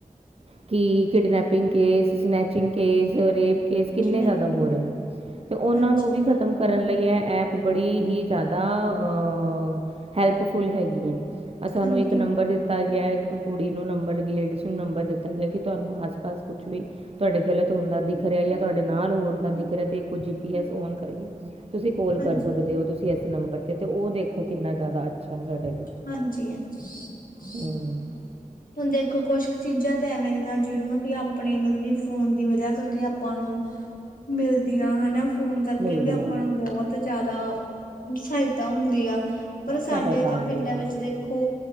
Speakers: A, on the right; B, on the left.
A: ਕਿ kidnapping case, snatching case, rape case ਕਿੰਨੇ
B: ਹਾਂਜੀ ਹਾਂਜੀ
A: ਜ਼ਿਆਦਾ ਹੋ ਰਹੇ ਹੈ। ਤੇ ਉਹਨਾਂ
B: ਹਾਂਜੀ
A: ਨੂੰ ਵੀ ਖ਼ਤਮ ਕਰਨ ਲਈ ਇਹ ਐਪ, ਬੜੀ ਹੀ ਜ਼ਿਆਦਾ ਅ ਹੈਲਪਫੁਲ ਹੈਗੀ ਹੈ। ਆ ਸਾਨੂੰ
B: ਹਾਂਜੀ
A: ਇੱਕ ਨੰਬਰ ਦਿ- ਤਾ ਗਿਆ, ਇੱਕ ਕੁੜੀ ਨੂੰ ਨੰਬਰ, ਲੇਡੀਜ਼ ਨੂੰ ਨੰਬਰ ਦਿੱਤਾ ਗਿਆ ਕਿ ਤੁਹਾਨੂੰ ਆਸ- ਪਾਸ ਕੁਛ ਵੀ- ਤੁਹਾਡੇ ਗਲਤ ਹੋਣ ਦਾ ਦਿਖ ਰਿਹਾ ਯਾਂ ਤੁਹਾਡੇ ਨਾਲ ਹੋਣ ਦਾ ਦਿਖ ਰਿਹਾ ਤੇ ਓਹ ਇਕ ਜੀ ਪੀ ਐਸ ਓਣ ਕਰਕੇ ਤੁਸੀਂ ਕੋਲ ਕਰ
B: ਹਾਂਜੀ
A: ਸਕਦੇ ਹੋ। ਤੁਸੀਂ ਇਸ ਨੰਬਰ ਤੇ, ਤੇ ਉਹ ਦੇਖੋ ਕਿੰਨਾ ਜ਼ਿਆਦਾ ਅੱਛਾ ਐ ਸਾਡੇ ਲਈ।
B: ਹਾਂਜੀ- ਹਾਂਜੀ।
A: ਹਮ,
B: ਹੁਣ ਦੇਖੋ ਕੁਛ ਕੁ ਚੀਜ਼ਾਂ ਤਾਂ ਐਵੇਂ ਦੀਆਂ ਜਿਹੜੀਆਂ ਕਿ ਆਪਣੇ ਮਤਲਬ ਕਿ ਫੋਨ ਦੀ ਵਜਾ ਕਰਕੇ ਆ- ਆਪਾਂ ਨੂੰ ਮਿਲਦੀਆਂ ਹਨਾ ਫੋਨ ਕਰਕੇ
A: ਮਿਲਦੀਆਂ
B: ਵੀ ਆਪਾਂ
A: ਨੇ
B: ਨੂੰ ਬਹੁਤ ਜ਼ਿਆਦਾ। ਸਹਾਇਤਾ ਹੁੰਦੀ ਆ। ਪਰ ਸਾਡੇ
A: ਸਹਾਇਤਾ
B: ਤਾਂ
A: ਹੁੰਦੀ
B: ਪਿੰਡਾਂ
A: ਹੈ
B: ਵਿੱਚ ਦੇਖੋ